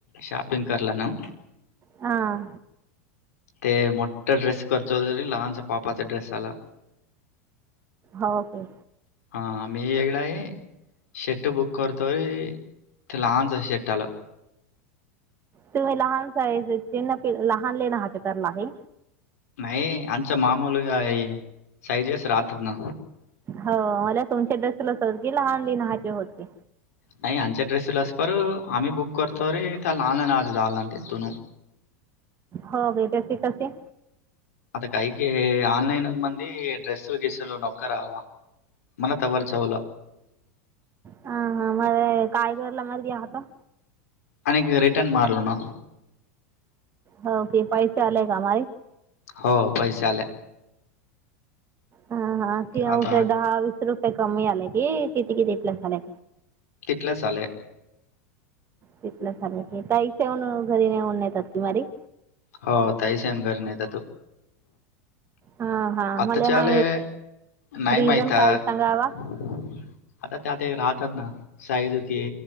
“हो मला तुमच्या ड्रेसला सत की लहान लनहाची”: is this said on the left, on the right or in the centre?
Right